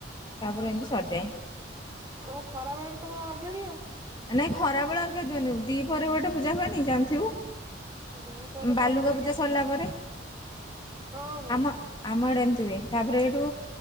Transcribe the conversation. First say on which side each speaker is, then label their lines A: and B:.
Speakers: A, on the left; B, on the right.
A: ତାପରେ ଏମିତି ସରିଯାଏ।
B: ଆଉ ଖରା ବେଳେ ବି ତମର ଅର୍ଘ୍ୟ ଦିଅ?
A: ନାଇଁ ଖରା ବେଳେ ଅର୍ଘ୍ୟ ଦିଉନି ଦି ପହରେ ଗୋଟେ ପୂଜା ହୁଏନି ଜାଣିଥିବୁ।
B: ଦି ପରେ ତ
A: ବାଲୁକା
B: ଆମ ଆଡେ
A: ପୂଜା
B: କାହିଁକି
A: ସରିଲା
B: ସେମିତି
A: ପରେ
B: ହଁ ହଁ
A: ଆମ ଆମଡେ ଏମିତି ହୁଏ ତାପରେ ଏଇଠୁ